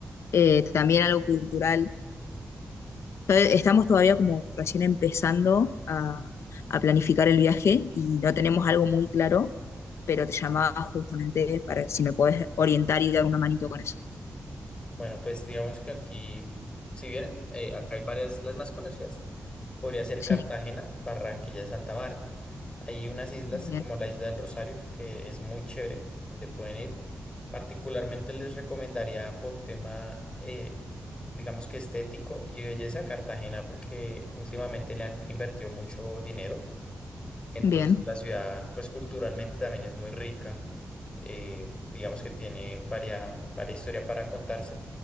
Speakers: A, on the left; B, on the left.
A: eh, también algo cultural Todavía- Estamos todavía como recién empezando a, a planificar el viaje y no tenemos algo muy claro, pero te llamaba justamente para si me puedes orientar y dar una manito con eso.
B: Bueno, pues digamos que aquí, si vienen, eh, acá hay varias, las más conocidas, podría ser Cartagena,
A: Sí,
B: Barranquilla y Santa Marta. Hay unas islas
A: bien,
B: como la Isla del Rosario, que es muy chévere, donde pueden ir. Particularmente les recomendaría por tema, eh, digamos que estético y belleza, Cartagena, porque últimamente le han invertido mucho dinero. Entonces
A: bien,
B: la ciudad, pues culturalmente también es muy rica, eh, digamos que tiene varia, varia historia para contarse.